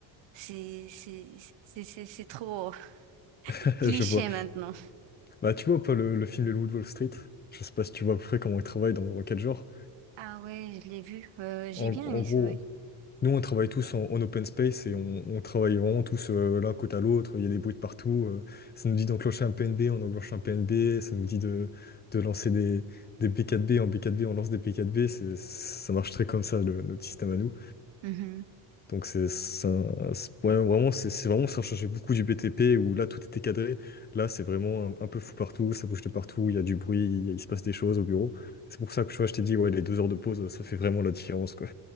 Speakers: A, on the right; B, on the left.
A: C'est c'est- c'est- c'est- c'est trop <laughs>
B: <laughs>
A: cliché
B: Je vois.
A: maintenant.
B: Bah, tu vois pas le, le film Les Loups de Wall Street? Je sais pas si tu vois à peu près comment ils travaillent, dans, dans quel genre.
A: Ah ouais, je l'ai vu. Euh, j'ai
B: En,
A: bien
B: en
A: aimé
B: gros,
A: ce...
B: nous, on travaille tous en, en open space et on, on travaille vraiment tous euh, l'un côté à l'autre. Il y a des bruits de partout. euh, ça nous dit d'enclencher un PNB, on enclenche un PNB. Ça nous dit de, de lancer des, des B4B. En B4B, on lance des B4B. C'est- Ça marche très comme ça, le- notre système à nous.
A: oui.
B: Donc c'est c'est un- c'est- ouais, vraiment c'est c'est vraiment ça changeait beaucoup du BTP où là tout était cadré. Là c'est vraiment un, un peu fou partout, ça bouge de partout, il y a du bruit, il, il se passe des choses au bureau. C'est pour ça que tu vois, je t'ai dit ouais les deux heures de pause ça fait vraiment la différence quoi.